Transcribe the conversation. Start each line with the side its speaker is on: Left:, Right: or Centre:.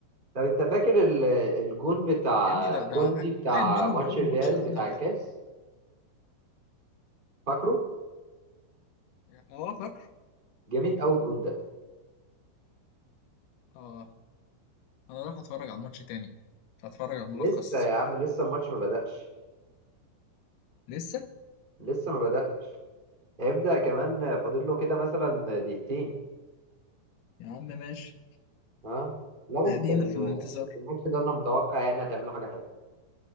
Right: طب انت فاكر ال- الجون بتاع
Left: يا ابني ده
Right: كوندي
Left: ده
Right: بتاع
Left: قاعد منه
Right: ماتش
Left: من اول
Right: الريال
Left: ماتش لعبنا
Right: بتاع
Left: معاه
Right: الكاس فاكره
Left: اه فاكر
Right: جامد قوي الجون ده
Left: اه انا رايح اتفرج على الماتش تاني هتفرج على الملخص
Right: لسه يا عم لسه الماتش ما بدأش
Left: لسه
Right: لسه ما بدأش هيبدأ كمان فاضل له كده مثلا دقيقتين
Left: يا عم ماشي
Right: ها لا
Left: ادينا
Right: بس كان
Left: في الانتظار
Right: بس الماتش ده انا متوقع يعني هتعملوا حاجة حلوة